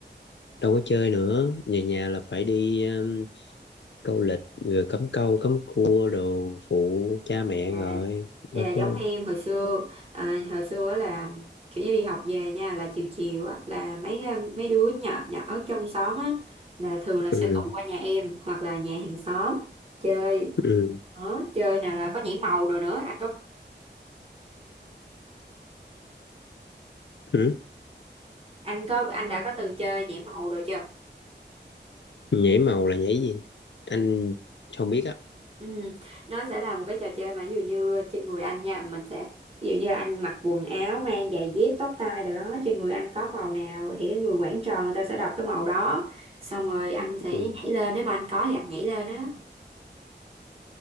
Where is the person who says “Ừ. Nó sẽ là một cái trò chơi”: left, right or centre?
Right